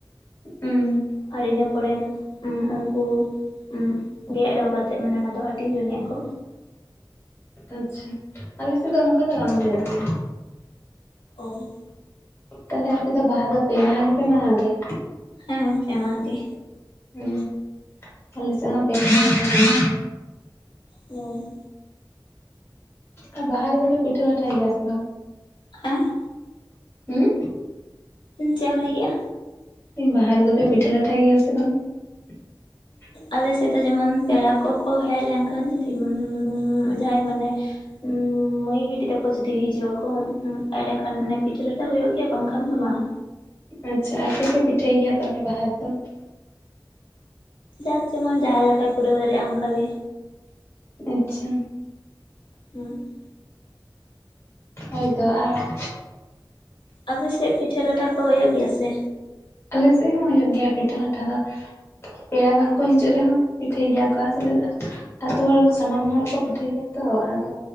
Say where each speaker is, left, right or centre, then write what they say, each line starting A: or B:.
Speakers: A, on the left (about 30°); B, on the left (about 90°).
A: ᱩᱸ
B: ᱟᱨ ᱤᱱᱟᱹ ᱯᱚᱨᱮ ᱩᱸ ᱩᱱᱠᱩ ᱩᱸ ᱜᱮᱸᱫ ᱨᱚ ᱠᱟᱛᱮᱜ ᱢᱟᱱᱮ ᱚᱱᱟ ᱫᱚ ᱦᱟᱹᱴᱤᱧ ᱡᱚᱱᱤᱜ ᱟᱠᱚ,
A: ᱟᱪᱪᱷᱟ ᱟᱞᱮ ᱥᱮᱫ ᱫᱚ ᱚᱱᱠᱟ ᱫᱚ ᱵᱟᱝ ᱦᱩᱭᱩᱜ ᱜᱮᱭᱟ᱾
B: ᱚᱸ
A: ᱛᱟᱦᱞᱮ ᱟᱯᱮ ᱫᱚ ᱵᱟᱦᱟ ᱫᱚ ᱯᱮ ᱢᱟᱦᱟᱸ ᱜᱮᱯᱮ ᱢᱟᱱᱟᱣ ᱜᱮᱭᱟ?
B: ᱦᱮᱸ ᱯᱮ ᱢᱟᱦᱟᱸ ᱜᱮ᱾
A: ᱦᱩᱸ ᱟᱞᱮ ᱥᱮᱫ ᱦᱚ ᱯᱮ ᱢᱟᱦᱟᱸ ᱞᱮ ᱢᱟᱱᱟᱣ ᱜᱮᱭᱟ᱾
B: ᱩᱸ
A: ᱟᱨ ᱵᱟᱦᱟ ᱨᱮᱫᱚ ᱯᱮ ᱯᱤᱴᱟᱹ ᱞᱟᱴᱷᱟᱭ ᱜᱮᱭᱟ ᱥᱮ ᱵᱟᱝ?
B: ᱟᱸ
A: ᱦᱩᱸ
B: ᱦᱩᱸ ᱪᱮᱫ ᱮᱢ ᱞᱟᱹᱭ ᱠᱮᱜᱼᱟ?
A: ᱤᱧ ᱵᱟᱦᱟ ᱨᱮ ᱫᱚ ᱯᱮ ᱯᱤᱴᱟᱹ ᱞᱟᱴᱷᱟᱭ ᱜᱮᱭᱟ ᱥᱮ ᱵᱟᱝ? <inaudible>
B: ᱟᱞᱮ ᱥᱮᱫ ᱫᱚ ᱡᱮᱢᱚᱱ ᱯᱮᱲᱟ ᱠᱚᱠᱚ ᱦᱮᱜ ᱞᱮᱱ ᱠᱷᱟᱱ ᱡᱩᱫᱤ ᱩᱸᱻ ᱡᱟᱸᱦᱟᱭ ᱢᱟᱱᱮ, ᱩᱸ ᱢᱟᱹᱭ ᱵᱤᱴᱤ ᱛᱟᱠᱚ ᱡᱩᱫᱤ ᱦᱤᱡᱩᱜ ᱟᱠᱚ ᱮᱸᱰᱮ ᱠᱷᱟᱱ ᱢᱟᱱᱮ ᱯᱤᱴᱷᱟᱹ ᱞᱟᱴᱷᱟ ᱦᱳᱭᱳᱜ ᱜᱮᱭᱟ ᱵᱟᱝ ᱠᱷᱟᱱ ᱫᱚ ᱵᱟᱝ᱾
A: ᱟᱪᱪᱷᱟ ᱟᱨ ᱪᱮᱫ ᱯᱮ ᱯᱤᱴᱷᱟᱹᱭ ᱜᱮᱭᱟ ᱛᱟᱦᱚᱞᱮ ᱵᱟᱦᱟ ᱨᱮᱫᱚ?
B: ᱡᱟᱨ ᱡᱮᱢᱚᱱ ᱡᱟᱦᱟᱸ ᱞᱮᱠᱟᱭ ᱠᱩᱨᱟᱹᱣ ᱫᱟᱨᱮᱭᱟᱜ-ᱟ ᱚᱝᱠᱟᱜᱮ᱾
A: ᱟᱪᱪᱷᱟ,
B: ᱦᱩᱸ
A: ᱦᱳᱭᱛᱚ ᱟᱨ,
B: ᱟᱯᱮ ᱥᱮᱜ ᱯᱤᱴᱷᱟᱹ ᱞᱟᱴᱷᱟ ᱠᱚ ᱦᱳᱭᱳᱜ ᱜᱮᱭᱟ ᱥᱮ?
A: ᱟᱞᱮ ᱥᱮᱜ ᱦᱚᱸ ᱦᱩᱭᱩᱜ ᱜᱮᱭᱟ ᱯᱤᱴᱷᱟᱹ ᱞᱟᱴᱷᱟ ᱫᱚ᱾ ᱯᱮᱲᱟ ᱵᱟᱝᱠᱚ ᱦᱤᱡᱩᱜ ᱨᱮᱦᱚᱸ ᱯᱤᱴᱷᱟᱹᱭ ᱜᱮᱭᱟ ᱠᱚ <unintelligible> ᱟᱛᱩ ᱦᱚᱲ ᱥᱟᱱᱟᱢ ᱦᱚᱲ ᱠᱚ ᱯᱤᱴᱷᱟᱹᱭ ᱜᱮᱭᱟ ᱛᱚ ᱟᱫᱚ